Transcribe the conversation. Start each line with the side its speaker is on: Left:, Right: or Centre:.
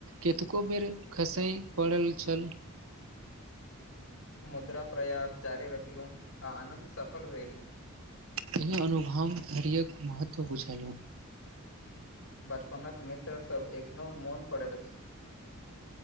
Right: कतेको बेर खसै पड़ल छल
Left: मुद्रा प्रयास जारी रखलू आ अनत सफल भेल
Right: एहि अनुभव धैर्य्यक महत्व बुझेलहुँ
Left: बचपनक मित्रसभ एखनो मोन पत